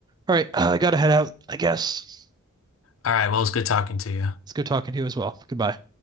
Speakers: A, on the right (about 20°); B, on the left (about 65°).
A: All right, uh, I gotta head out, I guess.
B: All right. Well, it was good talking to you.
A: It's good talking to you as well. Goodbye.